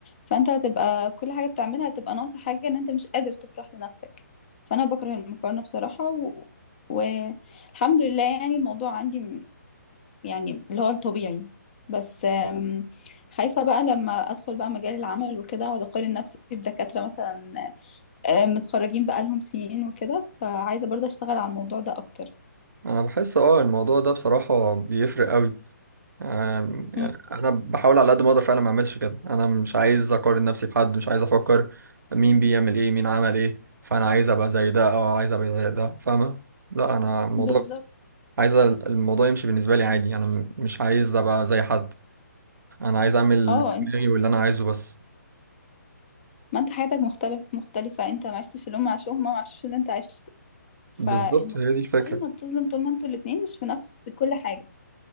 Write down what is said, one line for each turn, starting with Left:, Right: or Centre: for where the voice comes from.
Left: فانت هتبقى كل حاجه بتعملها هتبقى ناقصه حاجه ان انت مش قادر تفرح لنفسك فانا بكره المقارنه بصراحه و... والحمد لله يعني الموضوع عندي م- يعني اللي هو الطبيعي بس آم، خايفه بقى لما ادخل بقى مجال العمل وكده اقعد اقارن نفسي بدكاتره مثلا آه، متخرجين بقالهم سنين وكده فعايزه برضه اشتغل على الموضوع ده اكتر
Right: انا بحس اه الموضوع ده بصراحة بيفرق قوي أم، يعني
Left: مم،
Right: انا بحاول على قد ما اقدر فعلا ما اعملش كده انا مش عايز اقارن نفسي بحد مش عايز افكر مين بيعمل ايه مين عمل ايه فانا عايز ابقى زي ده او عايز ابقى زي ده فاهمه لا انا الموضوع
Left: بالظبط
Right: عايز ال- الموضوع يمشي بالنسبه لي عادي انا م- مش عايز ابقى زي حد انا عايز اعمل اللي
Left: اه
Right: في
Left: انت-
Right: دماغي واللي انا عايزه بس
Left: ما انت حياتك مختلف مختلفه انت ما عشتش اللي هم عاشوه هم ما عاشوش اللي انت عشته فالمقارنة
Right: بالظبط هي دي الفكره
Left: بتظلم طول ما انتوا الاتنين مش في نفس كل حاجة